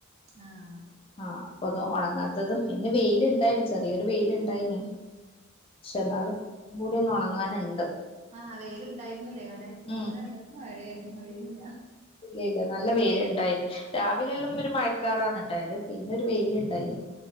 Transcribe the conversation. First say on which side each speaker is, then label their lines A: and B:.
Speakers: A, on the right (about 30°); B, on the left (about 25°).
A: ആഹ്
B: ആ പ്പതും ഉണങ്ങാത്തതും ഇന്ന് വെയില് ഇണ്ടായിന് ചെറിയൊരു വെയില് ഇണ്ടായിന് ക്ഷെ എന്നാലും ബോഡ് ട്ടിഒന്നൊണങ്ങാന്ണ്ട്
A: ആ വെയിൽ ഇണ്ടായിരുന്നല്ലേ അവിടെ ഇന്ന്
B: ഉം
A: ഞങ്ങക്ക് മഴയായിരുന്നു വെയിലില്ല
B: ഇല്ല ഇല്ല നല്ല വെയിൽ ഇണ്ടായിന് രാവിലെ എല്ലാം ഒരു മഴക്കാറാന്ന്‌ ഇണ്ടായത് പിന്നെ ഒരു വെയിലിണ്ടായിന്